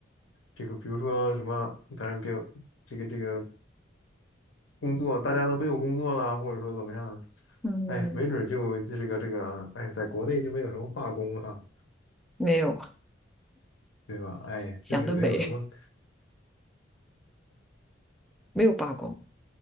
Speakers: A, on the left (about 90°); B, in the centre.
A: 这个，比如说什么，当然别有这个这个工作，大家都没有工作了，或者说怎么样的，
B: 嗯，
A: 哎，没准儿就就这个这个，哎，在国内就没有什么罢工哈、
B: 没有，
A: 对吧？哎，
B: 想得美，
A: 就是没有什么。
B: 没有罢工。